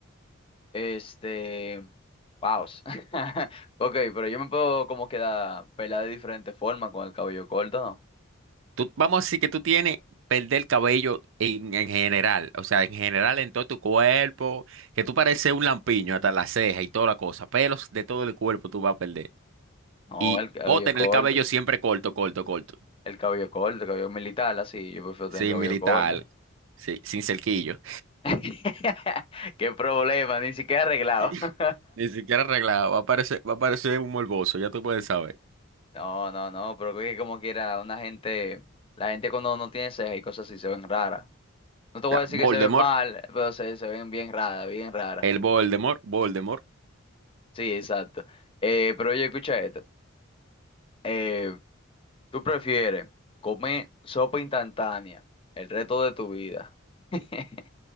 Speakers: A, on the left; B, on the right.
A: Este. Paus. <laughs> Ok, pero yo me puedo como quedar pelada de diferente forma con el cabello corto, ¿no?
B: Tú, vamos a decir que tú tienes perder el cabello en, en general, o sea, en general en todo tu cuerpo, que tú pareces un lampiño hasta la ceja y toda la cosa, pelos de todo el cuerpo tú vas a perder.
A: No,
B: Y
A: el cabello
B: o tener
A: corto.
B: el cabello siempre corto, corto, corto.
A: El cabello corto, el cabello militar, así. Yo prefiero
B: Sí,
A: tener el cabello
B: militar,
A: corto.
B: sí, sin cerquillo.
A: <laughs> Qué problema, ni siquiera arreglado.
B: <laughs>
A: <laughs>
B: Ni siquiera arreglado, va a parecer, va a parecer un morboso, ya tú puedes saber.
A: No, no, no, pero que como quiera, una gente, la gente cuando no tiene cejas y cosas así se ven raras. No te voy
B: Ya,
A: a decir
B: Voldemort,
A: que se ven mal, pero se, se ven bien raras, bien raras.
B: el Voldemort, Voldemort.
A: Sí, exacto. Eh, pero oye, escucha esto. Eh, ¿tú prefieres comer sopa instantánea el resto de tu vida? <laughs>